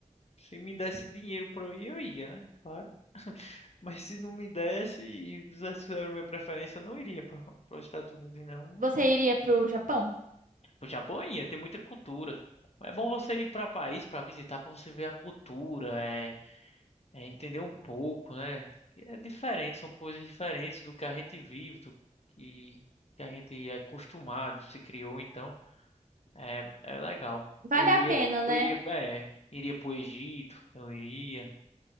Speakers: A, on the left; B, on the right.
A: se me desse dinheiro pra eu ir, eu ia, né? Claro. Mas se não me desse e fizesse era a minha preferência, eu não iria para os Estados Unidos, não.
B: Você iria pro Japão?
A: O Japão ia ter muita cultura. É bom você ir para país para visitar, para você ver a cultura, é, é entender um pouco, né? Que É diferente, são coisas diferentes do que a gente vive, do que, que a gente é acostumado, se criou, então é, é legal.
B: Vale
A: Eu
B: a
A: iria,
B: pena, né?
A: eu iria, é, iria pro Egito, eu iria.